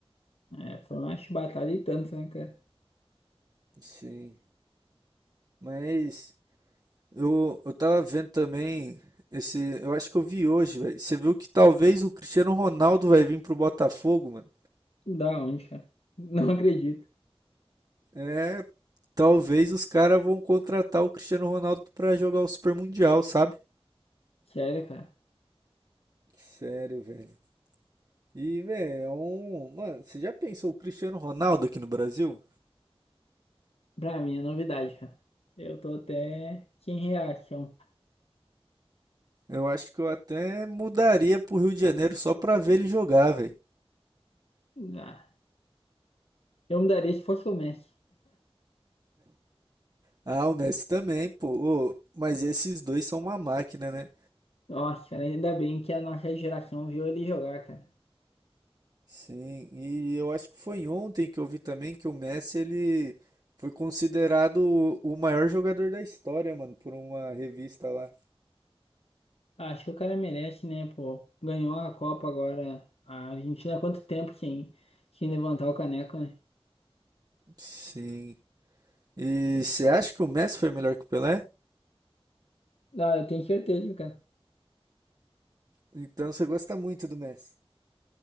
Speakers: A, on the left (about 75°); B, on the right (about 40°).
A: É, foi uma chibatada e tanto, né, cara?
B: Sim, mas eu, eu tava vendo também esse, eu acho que eu vi hoje, velho. Você viu que talvez o Cristiano Ronaldo vai vir pro Botafogo, mano?
A: Da onde, cara? <laughs> Não acredito.
B: É, talvez os caras vão contratar o Cristiano Ronaldo pra jogar o Super Mundial, sabe?
A: Sério, cara.
B: Sério, velho. E, velho, é um. Mano, você já pensou o Cristiano Ronaldo aqui no Brasil?
A: Pra mim é novidade, cara. Eu tô até sem reação.
B: Eu acho que eu até mudaria pro Rio de Janeiro só pra ver ele jogar, velho.
A: Ah, eu mudaria se fosse o Messi.
B: Ah, o Messi também, pô. Ô, mas esses dois são uma máquina, né?
A: Nossa, cara, ainda bem que a nossa geração viu ele jogar, cara.
B: Sim, e eu acho que foi ontem que eu vi também que o Messi, ele foi considerado o o maior jogador da história, mano, por uma revista lá.
A: Acho que o cara merece, né, pô? Ganhou a Copa agora. A Argentina há quanto tempo sem, sem levantar o caneco, né?
B: Sim. E você acha que o Messi foi melhor que o Pelé?
A: Ah, eu tenho certeza, cara.
B: Então você gosta muito do Messi.